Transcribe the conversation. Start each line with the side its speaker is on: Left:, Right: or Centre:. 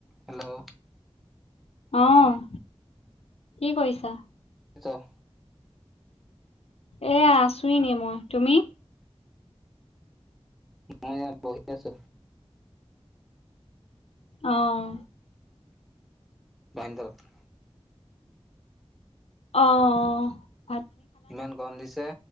Centre: হেল্ল'
Left: অ' কি কৰিছা?
Centre: জ্বৰ
Left: এয়া আছোঁ এনে মই তুমি?
Centre: মই এয়া বহি আছো।
Left: আহ
Centre: বান্দাৰত
Left: অ' অ'
Centre: ইমান গৰম দিছে,